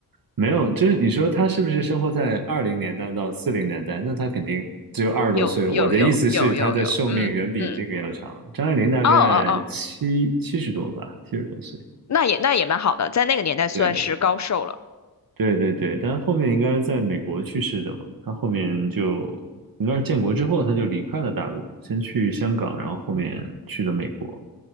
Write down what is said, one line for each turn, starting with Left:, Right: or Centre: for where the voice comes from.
Right: 没有，就是你说他是不是生活在二零年代到四零年代？那他肯定只有二十多岁。
Left: 有有有有有有，
Right: 我的意思是，他的寿命远比这个要长。
Left: 嗯嗯，
Right: 张爱玲大概七七十多吧，
Left: 哦哦哦，
Right: 七十多岁。
Left: 那也那也蛮好的，在那个年代算是高寿了。
Right: 对。对对对，但是后面应该在美国去世的嘛，他后面就应该是建国之后他就离开了大陆，先去香港，然后后面去了美国。